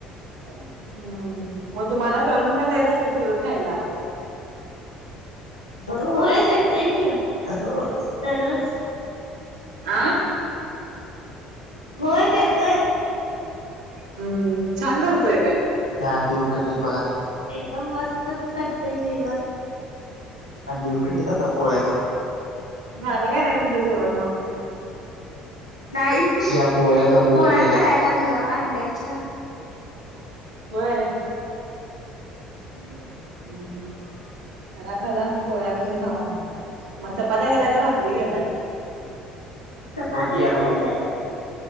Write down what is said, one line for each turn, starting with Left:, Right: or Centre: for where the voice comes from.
Right: हम्म मग तुम्हाला करून पण देत असेल तीव खायला.
Left: होय देतोय की दररोज दररोज.
Right: आं
Left: होय देेतोय.
Right: हम्म छान करतोय काय?
Left: त्द्या अंडी उकडलीत बघा एकदम मस्त करतय जेवण. अंडी उकडलीत
Right: हम्म
Left: आता पोळ्या करतो.
Right: झालं काय नाय तुमचं जेवण म?
Left: नाहीत पोळ्या कराय लागल्या अंड्याच्या.
Right: व्हय
Left: हम्म.
Right: हम्म खरा खरा पोळ्या करून खावा म. मग चपात्या गेलाय का भारी गेलाय?
Left: चपातीचं केलय